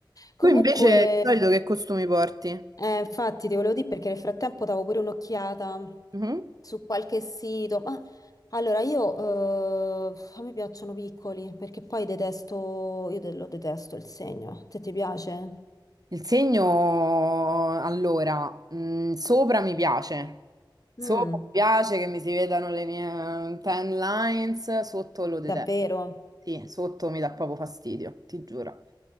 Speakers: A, on the left; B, on the right.
A: Comunque,
B: Tu invece di solito che costumi porti?
A: eh, infatti, ti volevo dire perché nel frattempo davo pure un'occhiata
B: Mhm.
A: su qualche sito. Ma allora, io eh, a me piacciono piccoli perché poi detesto, io de- lo detesto il segno. Te ti piace?
B: Il segno, allora, mh, sopra mi piace, sopra
A: Mm,
B: mi piace che mi si vedano le mie mm, tan lines, sotto lo detesto.
A: davvero?
B: Sì, sotto mi dà proprio fastidio, ti giuro.